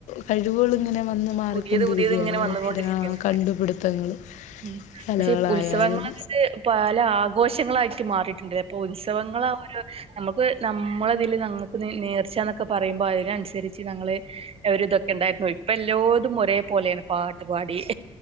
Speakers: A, on the left (about 70°); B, on the right (about 50°).
A: കഴിവ്കളിങ്ങനെ ഇങ്ങനെ വന്ന് മാറിക്കൊണ്ടിരിക്കുകയാണ്
B: പുതിയത് പുതിയത് ഇങ്ങനെ വന്നുകൊണ്ടിരിക്കാണ്
A: ഡാ കണ്ടുപിടുത്തങ്ങള്
B: ഉം
A: കലകളായാലും
B: പക്ഷെ ഉത്സവങ്ങളത് പല ആഘോഷങ്ങളായിട്ട് മാറിയിട്ടുണ്ടല്ലേ അപ്പൊ ഉത്സവങ്ങളെ ഒരു നമ്മുക്ക് നമ്മള ഇതില് ഞങ്ങക്ക് നേർച്ചാന്നൊക്കെ പറയുമ്പോ അതിനനുസരിച്ച് ഞങ്ങള് ഒരു ഇത് എന്തായിരുന്നു ഇപ്പ എല്ലോതും ഒരേ പോലെയാണ് പാട്ട് പാടി